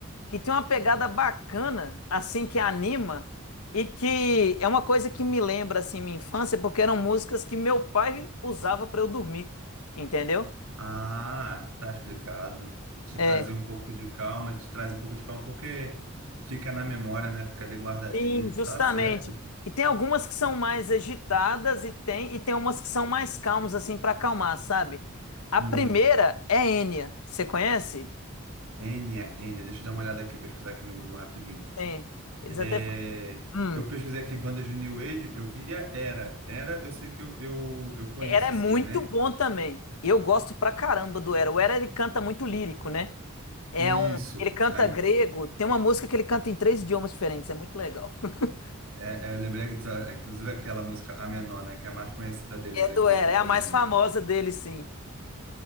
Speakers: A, on the left; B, on the right.
A: Que tem uma pegada bacana, assim, que anima, e que é uma coisa que me lembra, assim, minha infância, porque eram músicas que meu pai usava para eu dormir, entendeu?
B: Ah, tá explicado. Te
A: É,
B: trazia um pouco de calma, te traz um pouco de calma porque fica na memória, né? Fica ali guardadinho.
A: Sim, justamente.
B: Tá certo.
A: E tem algumas que são mais agitadas e tem e tem umas que são mais calmas assim para acalmar, sabe? A
B: Uhum.
A: primeira é Enya. Você conhece?
B: Enya, Enya, deixa eu dar uma olhada aqui, pesquisar aqui no Google rapidinho.
A: Sim. Eles
B: É,
A: até falam,
B: eu pesquisei
A: hum,
B: aqui bandas de New Age, eu via Era. Era, eu sei que eu, eu, eu conheço,
A: Era é
B: assim,
A: muito
B: né?
A: bom também. Eu gosto pra caramba do Era. O Era ele canta muito lírico, né? É
B: Isso.
A: um, ele canta
B: A-
A: grego, tem uma música que ele canta em três idiomas diferentes, é muito legal. <laughs>
B: É, é, eu lembrei, inclusive, aquela música A Menor, né? Que é a mais conhecida deles
A: É
B: aqui
A: do Era,
B: que eu
A: é
B: tô
A: a mais
B: vendo.
A: famosa dele, sim.